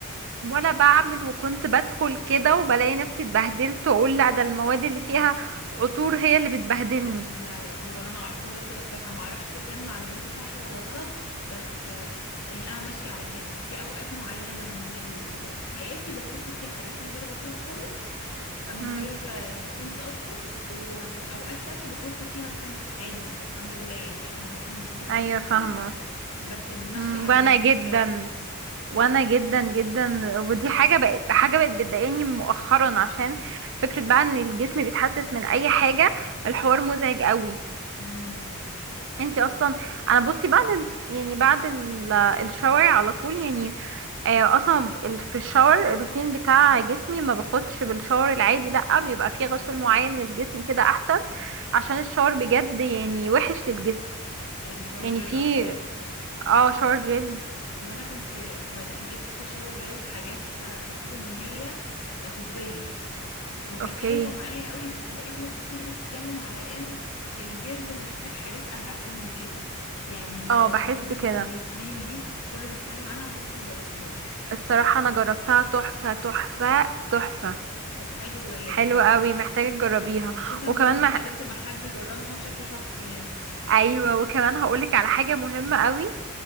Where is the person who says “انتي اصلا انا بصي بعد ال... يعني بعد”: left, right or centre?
Right